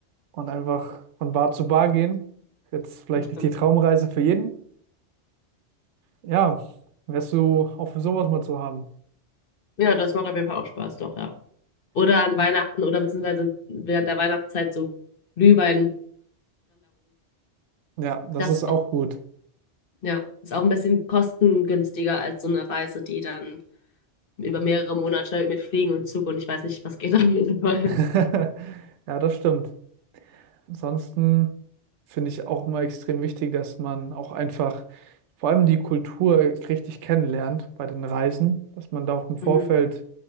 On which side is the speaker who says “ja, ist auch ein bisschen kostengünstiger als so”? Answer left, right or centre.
Left